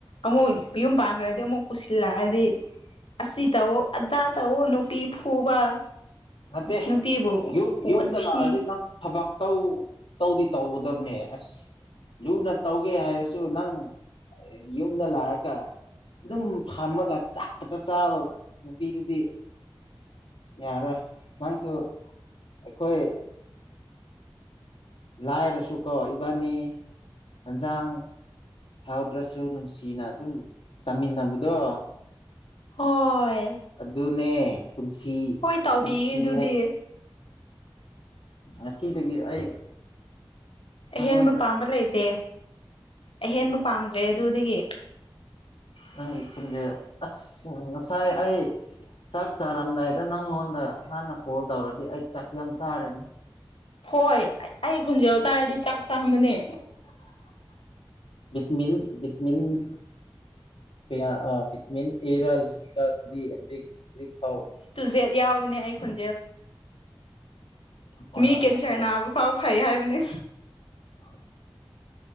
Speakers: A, on the left; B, on the left.
A: ꯑꯃꯨꯛ ꯌꯨꯝ ꯄꯥꯟꯈ꯭ꯔꯗꯤ ꯑꯃꯨꯛ ꯄꯨꯁꯤꯜꯂꯛꯑꯗꯤ ꯑꯁꯤ ꯇꯧꯑꯣ ꯑꯗꯥ ꯇꯧꯑꯣ ꯅꯨꯄꯤ ꯐꯨꯕ
B: ꯅꯠꯇꯦ
A: ꯅꯨꯄꯤꯕꯨ
B: ꯌꯨꯝ
A: ꯋꯥꯊꯤ
B: ꯌꯨꯝꯗ ꯂꯥꯛꯑꯗꯤ ꯅꯪ ꯊꯕꯛ ꯇꯧ ꯇꯧꯗꯤ ꯇꯧꯒꯗꯕꯅꯦ ꯑꯁ ꯂꯨꯅ ꯇꯧꯒꯦ ꯍꯥꯏꯔꯁꯨ ꯅꯪ ꯌꯨꯝꯗ ꯂꯥꯛꯑꯒ ꯑꯗꯨꯝ ꯐꯝꯃꯒ ꯆꯥꯛ ꯈꯛꯇ ꯆꯥꯕ ꯅꯨꯄꯤꯗꯨꯗꯤ ꯌꯥꯔꯣꯏ ꯅꯪꯁꯨ ꯑꯩꯈꯣꯏ ꯂꯥꯏꯔꯁꯨ ꯀꯣ ꯏꯕꯥꯅꯤ ꯍꯦꯟꯖꯥꯡ ꯍꯥꯎꯗ꯭ꯔꯁꯨ ꯅꯨꯡꯁꯤꯅ ꯑꯗꯨꯝ ꯆꯥꯃꯤꯟꯅꯕꯗꯣ
A: ꯍꯣꯏ
B: ꯑꯗꯨꯅꯦ ꯄꯨꯟꯁꯤ
A: ꯍꯣꯏ ꯇꯧꯕꯤꯒꯦ
B: ꯄꯨꯟꯁꯤ
A: ꯑꯗꯨꯗꯤ
B: ꯍꯥꯏ ꯉꯁꯤꯗꯒꯤ ꯑꯩ ꯅꯪꯉꯣꯟꯗ
A: ꯑꯍꯦꯟꯕ ꯄꯥꯝꯕ ꯂꯩꯇꯦ ꯑꯍꯦꯟꯕ ꯄꯥꯝꯗ꯭ꯔꯦ ꯑꯗꯨꯗꯒꯤ
B: ꯅꯪꯉꯤ ꯈꯨꯟꯖꯦ ꯑꯁ ꯉꯁꯥꯏ ꯑꯩ ꯆꯥꯛ ꯆꯥꯔꯝꯗꯥꯏꯗ ꯅꯪꯉꯣꯟꯗ ꯍꯥꯟꯅ ꯀꯣꯜ ꯇꯧꯔꯗꯤ ꯑꯩ ꯆꯥꯛ ꯌꯥꯝ ꯆꯥꯔꯅꯤ
A: ꯍꯣꯏ ꯑꯩ ꯈꯣꯟꯖꯦꯜ ꯇꯥꯔꯗꯤ ꯆꯥꯛ ꯆꯪꯕꯅꯦ
B: <unintelligible> ꯀꯌꯥ ꯑ ꯄꯤꯛꯃꯦꯟꯇ ꯑꯦꯔꯥ ꯁꯤꯔ ꯗꯤ <unintelligible>
A: <unintelligible> ꯌꯥꯎꯕꯅꯦ ꯑꯩ <unintelligible>
B: ꯑꯗꯨꯝ ꯑꯣꯏꯔꯝꯒꯅꯤꯕ
A: ꯃꯤ ꯀꯦꯟꯁꯔ ꯅꯥꯕ ꯐꯥꯎ ꯐꯩ ꯍꯥꯏꯕꯅꯦ
B: ꯍꯣꯢ